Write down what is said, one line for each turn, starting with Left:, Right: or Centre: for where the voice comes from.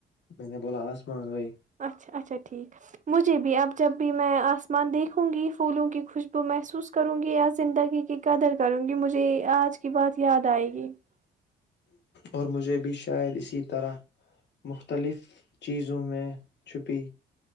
Left: میں نے بولا آسمان بھائی <unintelligible>
Right: اچھا اچھا ٹھیک مجھے بھی اب جب بھی میں آسمان دیکھوں گی پھولوں کی خوشبو محسوس کروں گی یا زندگی کی قدر کروں گی مجھے آج کی بات یاد آئے گی <unintelligible>
Left: اور مجھے بھی شاید اسی طرح مختلف چیزوں میں چھپی